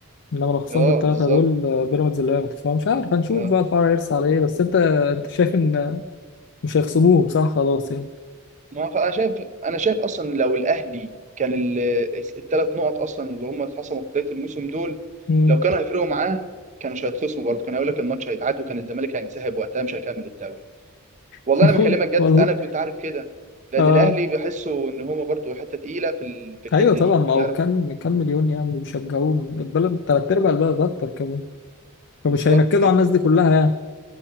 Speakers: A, on the left (about 55°); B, on the right (about 35°).
A: انما لو خصمت
B: اه
A: التلاتة
B: بالظبط
A: دول آه، بيراميدز اللي هياخده فمش عارف هنشوف
B: آه.
A: بقى الحوار هيرسى على ايه بس انت انت شايف ان مش هيخصموه صح خلاص يعني
B: ما خ- انا شايف انا شايف اصلا لو الاهلي كان الثلاث نقط اصلا اللي هم اتخصموا في بدايه الموسم دول
A: امم
B: لو كانوا هيفرقوا معاه كانوش هيتخصموا برضه كان هيقول لك الماتش هيتعاد وكان الزمالك هينسحب وقتها مش هيكمل الدوري والله
A: <laughs>
B: انا بكلمك جد
A: والله
B: انا كنت عارف كده لان
A: اه
B: الاهلي بحسه ان هو برضه حته تقيله في ال- في الحته
A: ايوه طبعا
B: دي
A: ما
B: يعرف
A: هو كام كام مليون يعني بيشجعوه البلد تلات ارباع البلد اكتر كمان
B: بالظبط
A: فمش هينكدوا
B: كده
A: على الناس دي كلها يعني